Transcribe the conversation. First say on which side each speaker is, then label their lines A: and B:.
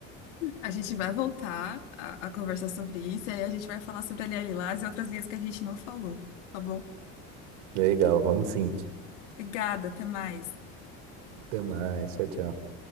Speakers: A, on the left (about 80°); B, on the right (about 80°).
A: A gente vai voltar a, a conversar sobre isso e aí a gente vai falar sobre a linha Lilás e outras linhas que a gente não falou, tá bom?
B: Legal, vamos sim.
A: Obrigada, até mais.
B: Até mais, tchau, tchau.